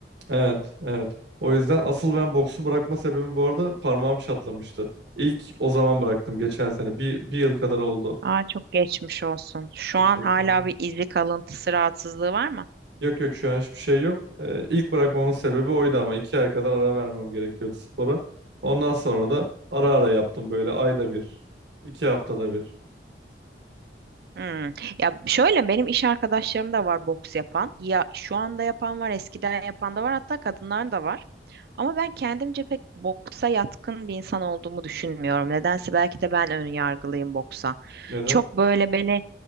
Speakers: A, on the right; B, on the right.
A: Evet, evet. O yüzden asıl ben boksu bırakma sebebim bu arada parmağım çatlamıştı. İlk o zaman bıraktım geçen sene. Bir, bir yıl kadar oldu.
B: Aa çok geçmiş olsun. Şu
A: Teşekkür
B: an hala
A: ederim.
B: bir izi kalıntısı rahatsızlığı var mı?
A: Yok yok şu an hiçbir şey yok. Ee, ilk bırakmamın sebebi oydu ama iki ay kadar ara vermem gerekiyordu spora. Ondan sonra da ara ara yaptım böyle ayda bir, iki haftada bir.
B: Hmm. Ya şöyle benim iş arkadaşlarım da var boks yapan. Ya şu anda yapan var, eskiden yapan da var, hatta kadınlar da var. Ama ben kendimce pek boksa yatkın bir insan olduğumu düşünmüyorum. Nedense belki de ben ön yargılıyım boksa.
A: Neden?
B: Çok böyle beni